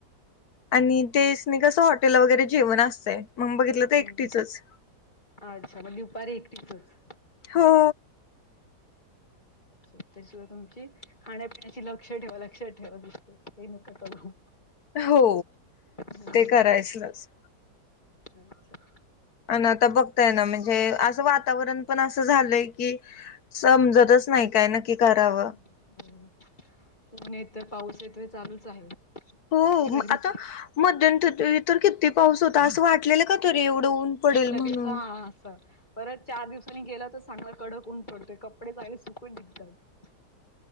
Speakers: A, on the left; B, on the left.
A: आणि तेसनी कसं हॉटेल वगैरे जेवण असतंय, मग बघितलं
B: हम्म
A: तर एकटीचच.
B: अच्छा मग दुपारी एकटीचच.
A: हो.
B: तरीसुद्धा तुमची. खाण्यापिण्याची लक्ष ठेवा लक्ष ठेवा, <unintelligible> ते नका का करू.
A: हो
B: हम्म
A: ते करायचलाच.
B: अच्छा
A: आन आता बघताय ना, म्हणजे असं वातावरण पण असं झालंय की समजतच नाही काय नक्की करावं.
B: हो ऊन येतं, पाऊस येत हे चालूच आहे.
A: हो
B: गरमीची
A: आता मध्यंतर इतर किती पाऊस होता, असं वाटलेलं का तरी एवढं ऊन पडेल
B: लगेच
A: म्हणून.
B: हा असं परत चार दिवसांनी गेला तर सांगा कडक ऊन पडतंय, कपडे चांगले सुकून निघतात.